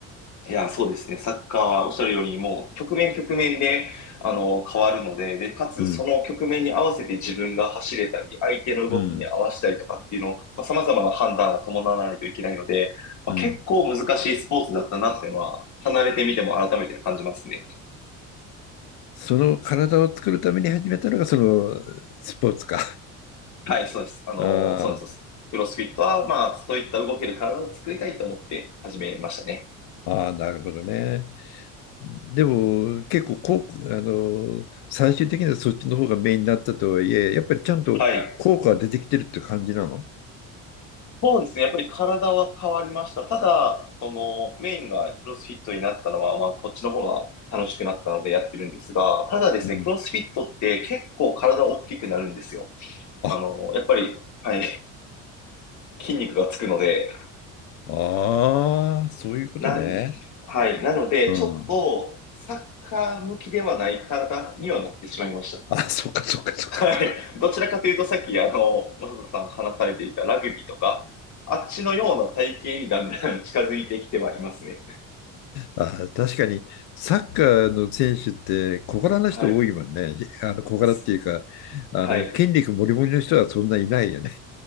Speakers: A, on the left; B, on the left.
A: いや、そうですね。サッカーはおっしゃるように、もう、局面局面で、あの、変わるので、で、かつ、
B: うん、
A: その局面に合わせて自分が走れたり、相手の動きに合わせたりとかっていうのを、
B: うん、
A: まあ、様々な判断を伴わないといけないので、まあ、
B: うん。
A: 結構難しいスポーツだったなっていうのは、離れてみても改めて感じますね。
B: その体を作るために始めたのがそのスポーツか。
A: はい、そうです。あの、
B: あ
A: そうなんです。クロスフィットは、まあ、そういった動ける体を作りたいと思って始めましたね。
B: あ、ああ、なるほどね。でも結構こう、あの、最終的にはそっちの方がメインになったとはいえ、やっぱりちゃんと効果が出てきてるって感じなの
A: はい。そうですね。やっぱり体は変わりました。ただ、その、メインがクロスフィットになったのは、まあ、こっちの方が楽しくなったのでやってるんですが、ただですね、
B: うん。
A: クロスフィットって結構体大きくなるんですよ。
B: あ、
A: あの、やっぱり、はい、筋肉がつくので、
B: ああ、そういうことね。
A: なん、はい。なので、
B: うん。
A: ちょっと、サッカー向きではない体にはなってしまいました。
B: あ、そっかそっかそっかそっか。
A: はい。どちらかというと、さっき、あの、マサトさん話されていたラグビーとか、あっちのような体型にだんだん <laughs> 近づいてきてはいますね。
B: あ、確かにサッカーの選手って小柄な人多いもんね。
A: はい。
B: あの小柄っていうか、
A: す
B: あの筋肉もりもりの人はそんないないよね。
A: はい。